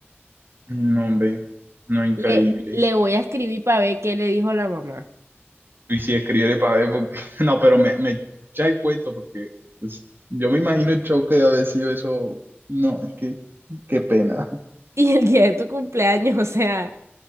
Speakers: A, on the right; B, on the right.
A: No, hombre, no, increíble.
B: Le, le voy a escribir para ver qué le dijo la mamá. <laughs>
A: Y sí, escríbele para ver, porque... <laughs> No, pero me, me echa el cuento, porque pues, yo me imagino el show que debe haber sido eso. No, es que, qué pena.
B: Y el día de tu cumpleaños, o sea,